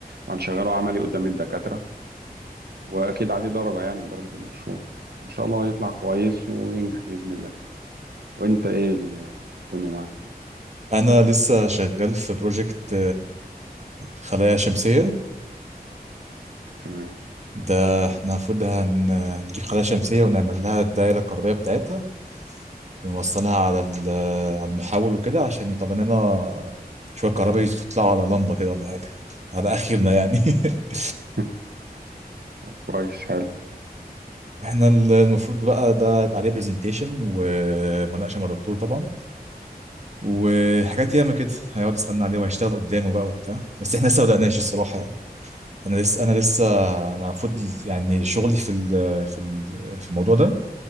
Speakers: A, on the right; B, on the right.
A: وهنشغله عملي قدام الدكاترة واكيد عليه درجة يعني درجة المشروع ان شاء الله يطلع كويس وينجح بإذن الله وانت ايه ال- الدنيا معاك
B: انا لسه شغال في بروجكت خلايا شمسيه
A: تمام
B: ده احنا المفروض هن- هنجيب خلايا شمسية ونعمل لها الدائرة الكهربية بتاعتها ونوصلها على ال- على المحول وكده عشان يطلع لنا شوية كهرباء يطلعوا على لمبة كده ولا حاجة على آخرنا يعني <laughs>
A: <laughs> طب كويس حلو
B: احنا ال- المفروض بقى ده يبقى عليه برزنتيشن ومناقشة مع الدكتور طبعا وحاجات ياما كده هيقعد يسألنا عليه وهيشتغل قدامه بقى وبتاع بس احنا لسه ما بدأناش الصراحة يعني انا لسه انا لسه انا المفروض يعني شغلي في ال- في ال- في الموضوع ده